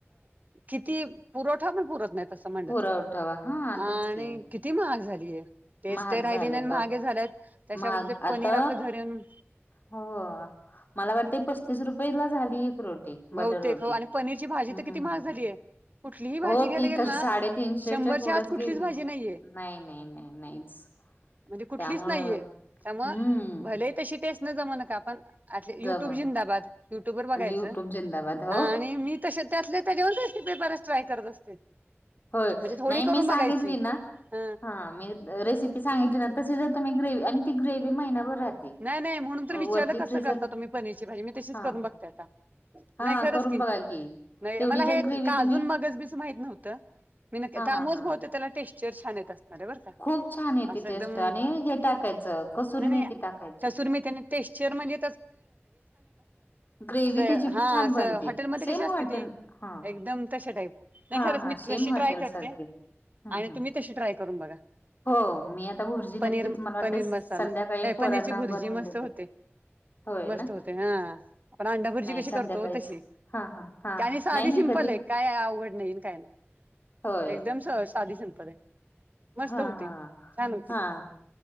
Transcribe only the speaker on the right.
किती पुरवठा पण पुरतं नाहीत तस म्हणलं
तर
आणि
किती महाग झालीये. टेस्ट
राहिली
नाही महाग
ही झालेत त्याच्यापेक्षा
ते
पनीर आपलं घरी आणून.
बहुतेक
आणि पनीरची भाजी
तर किती
महाग झालीये. कुठलीही भाजी
घ्याला
गेल
ना
शंभरच्या
आत कुठलीच
भाजी नाहीये. <inaudible>
म्हणजे कुठलीच
नाहीये त्यामुळे
भले तशी टेस्ट न जमना का. युट्यूब
जिंदाबाद युट्यूबर
बघायच
आणि
मी तशी त्यातल्या. पेपरच ट्राय करत असते.
म्हणजे थोडी
करून
बघायची
ह
नाही नाही म्हणून तर विचारलं
कसं
करता तुम्ही पनीरची भाजी मी तशीच
करून बघते आता.
नाही खरंच
की
नाही
मला
हे
काजू
मगच बीच माहित नव्हतं. मी नक्
त्यामुळंच
त्याला टेक्स्चर छान येतात. अरे बर का
अस
एकदम
नाहीं
नाही.
कस्तुरी मेथी.
असं
हा
असं
हॉटेलमध्येध्ये
कशी असते
ती
एकदम तशा टाईप. नाही
खरंच
मी
तशी
ट्राय करते,
आणि
तुम्ही तशी ट्राय करून बघा.
पनीर
पनीर
मसाला नाही
पनीरची भुर्जी
मस्त
होते,
मस्त
होते, हा आपण अंडा भुर्जी
कशी
करतो तशी.
आणि साधी
सिंपल
आहे काय अवघड नाहीन काय नाही
एकदम साधी सिंपल हाय. मस्त
होते,
छान होते.